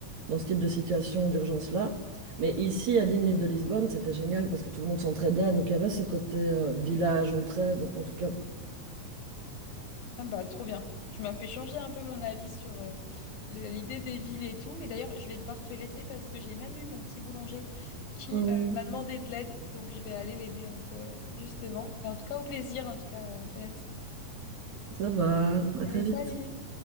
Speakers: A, on the right (about 55°); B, on the left (about 90°).
A: dans ce type de situation d'urgence-là. Mais ici, à 10 minutes de Lisbonne, c'était génial parce que tout le monde s'entraidait. Donc, il y avait ce côté euh, village, entraide. En tout cas,
B: Ah bah trop bien. Tu m'as fait changer un peu mon avis sur euh, le- l'idée des villes et tout. Mais d'ailleurs, je vais devoir te laisser parce que j'ai Manu, mon petit boulanger, qui
A: Hum,
B: euh, m'a demandé de l'aide. Donc je vais aller l'aider un peu, euh, justement. Mais en tout cas, au plaisir, en tout cas, Antoinette.
A: ça va, à
B: Allez,
A: très vite.
B: salut!